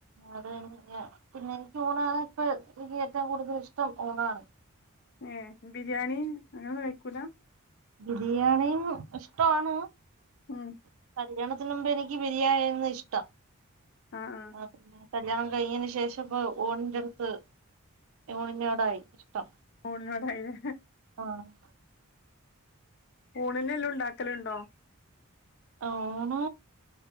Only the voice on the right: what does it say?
അത് കഴിഞ്ഞ് പിന്നെ എനിക്ക് ഊണാണ് ഇപ്പ എനിക്ക് ഏറ്റവും കൂടുതൽ ഇഷ്ടം ഊണാണ്
ബിരിയാണിയും ഇഷ്ട്ടോണ്
കല്യാണത്തിന് മുമ്പ് എനിക്ക് ബിരിയാണിര്ന്ന് ഇഷ്ടം
ആഹ് പിന്നെ കല്യാണം കഴിഞ്ഞെന് ശേഷം ഇപ്പൊ ഊണിന്റടുത്ത് ഊണിനോടായി ഇഷ്ടം.
ആഹ്.
ആഹ് ഊണ്,